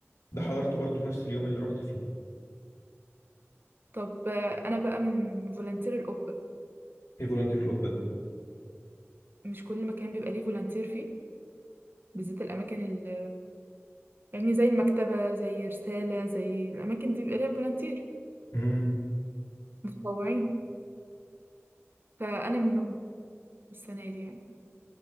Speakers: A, on the left (about 80°); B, on the right (about 45°).
A: ده حضرته برضه في نفس اليوم اللي رحت فيه
B: طب آه، انا بقى من فولنتير القبة
A: ايه فولunteer القبه ده
B: مش كل مكان بيبقى ليه فولنتير فيه بالذات الاماكن ال يعني زي المكتبة زي رسالة زي الاماكن دي بيبقى ليها فولنتير
A: امم
B: متطوعين فانا منهم السنة دي يعني